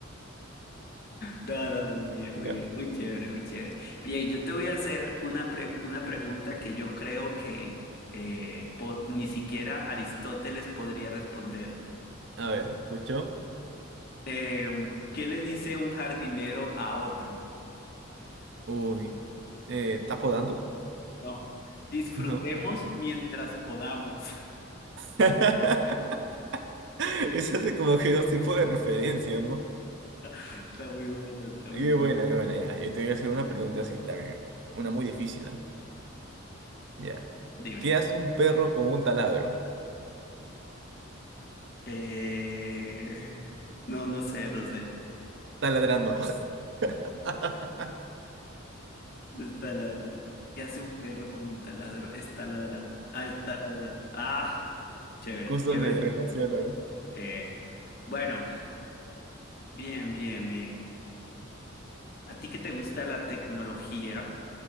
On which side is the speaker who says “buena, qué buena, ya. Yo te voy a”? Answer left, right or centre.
Right